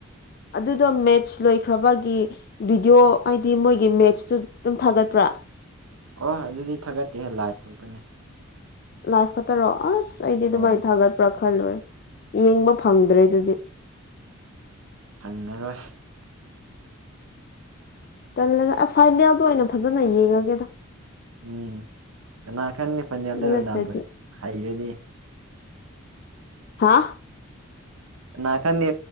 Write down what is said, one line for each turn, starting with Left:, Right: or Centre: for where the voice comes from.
Left: ꯑꯗꯨꯗꯣ ꯃꯦꯠꯁ ꯂꯣꯏꯈ꯭ꯔꯕꯒꯤ ꯚꯤꯗꯤꯑꯣ ꯍꯥꯏꯗꯤ ꯃꯣꯏꯒꯤ ꯃꯦꯠꯁꯇꯨ ꯑꯗꯨꯝ ꯊꯥꯒꯠꯄ꯭ꯔꯥ ꯑꯥ
Right: ꯑꯥ ꯑꯗꯨꯗꯤ ꯊꯥꯒꯠꯠꯇꯦ ꯂꯥꯏꯐ ꯈꯛꯇꯅꯦ
Left: ꯂꯥꯏꯐ ꯈꯛꯇꯔꯣ ꯑꯁ ꯑꯩꯗꯤ ꯑꯗꯨꯃꯥꯏꯅ
Right: ꯑꯣ
Left: ꯊꯥꯒꯠꯄ꯭ꯔꯥ ꯈꯜꯂꯨꯔꯦ ꯌꯦꯡꯕ ꯐꯪꯗ꯭ꯔꯦ ꯑꯗꯨꯗꯤ
Right: ꯐꯪꯉꯔꯣꯏ
Left: ꯑꯁ ꯇꯜꯂꯦꯗ ꯐꯥꯏꯅꯦꯜꯗꯣ ꯑꯣꯏꯅ ꯐꯖꯅ ꯌꯦꯡꯉꯒꯦꯗ
Right: ꯎꯝ ꯀꯅꯥ ꯈꯪꯅꯤ ꯐꯥꯢꯅꯦꯜꯗ
Left: ꯑꯗꯨ ꯅꯠꯇ꯭ꯔꯗꯤ
Right: ꯔꯣꯅꯥꯜꯗꯣ ꯍꯥꯏꯔꯗꯤ
Left: ꯍꯥꯥ
Right: ꯀꯅꯥ ꯈꯪꯅꯤ